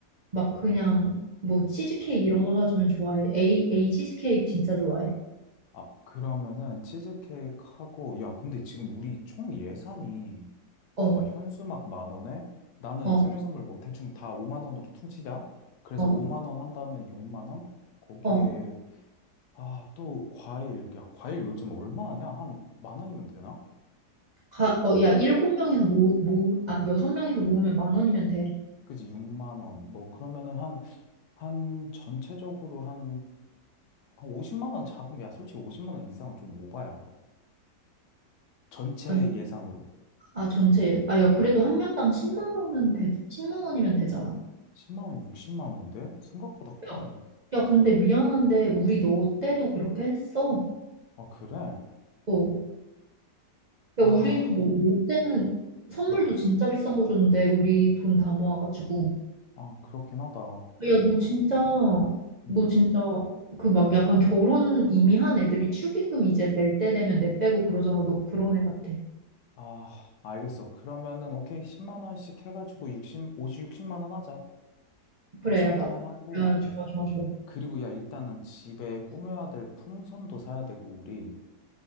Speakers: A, on the right (about 70°); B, on the left (about 80°).
A: 막 그냥 뭐 치즈케이크 이런 거 사주면 좋아해. 에이, 에이 치즈케이크 진짜 좋아해.
B: 아, 그러면은 치즈케이크 하고, 야, 근데 지금 우리 총 예산이,
A: 어,
B: 봐봐, 현수막 만 원에 나는
A: 어,
B: 생일 선물 뭐 대충 다 5만 원으로 퉁치자. 그래서
A: 어, 어,
B: 5만 원 한다면 6만 원? 거기에,
A: 어.
B: 아, 또 과일. 야, 과일 요즘 얼마 하냐? 한 만 원이면 되나?
A: 가, 어, 야, 일곱 명에서 모, 모, 아, 여섯 명에서 모으면 만 원이면 돼.
B: 그지, 6만 원. 뭐, 그러면은 한, 한, 전체적으로 한, 한 50만 원 잡으면, 야, 솔직히 50만 원 이상은 좀 오바야. 전체
A: 아,
B: 예산으로.
A: 아, 전체, 아, 야, 그래도 한 명당 십만 원은 되, 십만 원이면 되잖아.
B: 10만 원, 60만 원인데? 생각보다 커.
A: 야, 야, 근데 미안한데, 우리 너 때도 그렇게 했어.
B: 아, 그래?
A: 어, 그러니까
B: 아,
A: 우리는 뭐, 뭐 때는 선물도
B: 음.
A: 진짜 비싼 거 줬는데 우리 돈 다 모아가지고
B: 아, 그렇긴 하다.
A: 야 너 진짜 너
B: 음.
A: 진짜 그 막 약간 결혼 이미 한 애들이 축의금 이제 낼 때 되면 내 빼고 그러잖아 너 그런 애 같아
B: 아, 알겠어. 그러면은, 오케이. 10만 원씩 해가지고 60, 오십 육십만 원 하자.
A: 그래
B: 60만
A: 야 딱
B: 원 하고,
A: 야 좋아 좋아 좋아
B: 그리고 야, 일단은 집에 꾸며야 될 풍선도 사야 되고, 우리.